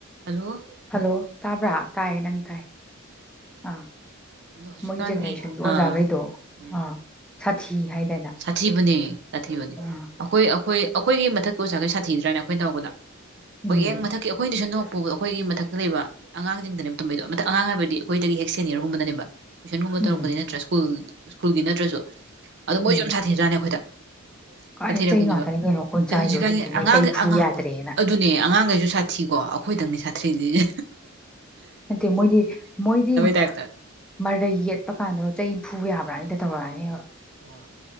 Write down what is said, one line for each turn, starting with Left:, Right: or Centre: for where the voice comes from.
Right: Hello
Centre: hello ꯇꯥꯕ꯭ꯔꯥ ꯇꯥꯏꯌꯦ ꯅꯪ ꯇꯥꯏ ꯑꯥ
Right: ꯑꯗꯣ ꯍꯧꯖꯤꯛꯀꯥꯟꯒꯤ
Centre: ꯃꯣꯏ ꯖꯦꯅꯦꯔꯦꯁꯟꯒꯤ ꯑꯣꯖꯥꯈꯩꯗꯣ
Right: ꯑ ꯎꯝ
Centre: ꯑꯥ ꯁꯥꯊꯤ ꯍꯥꯏꯗꯅ
Right: ꯁꯥꯊꯤꯕꯅꯦ ꯁꯥꯊꯤꯕꯅꯦ
Centre: ꯑꯥ
Right: ꯑꯩꯈꯣꯏ ꯑꯩꯈꯣꯏ ꯑꯩꯈꯣꯏꯒꯤ ꯃꯊꯛꯀꯤ ꯑꯣꯖꯥꯈꯩ ꯁꯥꯊꯤ꯭ꯔꯅ ꯑꯩꯈꯣꯏꯅ ꯇꯃꯛꯄꯗ
Centre: ꯎꯝ
Right: ꯍꯣꯏ ꯌꯦꯡ ꯃꯊꯛꯀꯤ ꯑꯩꯈꯣꯏ ꯇꯨꯏ ꯁꯟ ꯄꯨ ꯑꯩꯈꯣꯏꯒꯤ ꯃꯊꯛꯇ ꯂꯩꯕ ꯑꯉꯥꯡꯁꯤꯡꯗꯅꯦꯕ ꯇꯨꯝꯝꯕꯩꯗꯣ ꯃꯊꯛ ꯑꯉꯥꯡ ꯍꯥꯏꯕꯗꯤ ꯑꯩꯈꯣꯏꯗꯒꯤ ꯍꯦꯛ ꯁꯦꯅꯤꯌꯔꯒꯨꯝꯕꯗꯅꯦꯕ ꯇꯨꯏꯟꯉꯨꯝꯕ
Centre: ꯎꯝ
Right: ꯇꯧꯔꯛꯄ ꯅꯠꯇ꯭ꯔ ꯁ꯭ꯀꯨꯜ ꯁ꯭ꯀꯨꯜꯒꯤ ꯅꯠꯇ꯭ꯔꯁꯨ ꯑꯗꯣ ꯃꯣꯏꯁꯨ
Centre: ꯎꯝ
Right: ꯌꯥꯝ ꯁꯥꯊꯤꯗ꯭ꯔꯥꯅꯦ ꯑꯩꯈꯣꯏꯗ
Centre: ꯀꯥꯏꯗꯩ
Right: ꯁꯥꯊꯤꯔꯛꯄꯅꯦꯕ
Centre: ꯆꯩ ꯉꯥꯛꯇꯅꯤ ꯀꯩꯅꯣ ꯑꯩꯈꯣꯏꯅ
Right: ꯑꯗ
Centre: ꯆꯥꯏꯗꯣ
Right: ꯍꯧꯖꯤꯛꯀꯥꯟꯒꯤ
Centre: ꯍꯧꯖꯤꯛꯇꯤ ꯃꯣꯏ
Right: ꯑꯉꯥꯡꯩ
Centre: ꯆꯩ ꯐꯨ
Right: ꯑꯉ
Centre: ꯌꯥꯗ꯭ꯔꯦꯅ
Right: ꯑꯗꯨꯅꯦ ꯑꯉꯥꯡꯈꯩꯁꯨ ꯁꯥꯊꯤꯀꯣ ꯑꯩꯈꯣꯏꯗꯪꯅꯦ ꯁꯥꯊꯤ ꯊꯤ ꯗꯤ
Centre: ꯅꯥꯇꯦ ꯃꯣꯏꯗꯤ ꯃꯣꯏꯗꯤ
Right: ꯇꯥꯏꯞꯇ
Centre: ꯃꯔꯩ ꯌꯦꯠꯄ ꯀꯥꯟꯗꯣ ꯆꯩ ꯅꯤꯐꯨ ꯌꯥꯕ꯭ꯔꯥꯅꯤꯗ ꯇꯧꯔꯛꯑꯅꯦꯕ
Right: ꯍꯣꯏ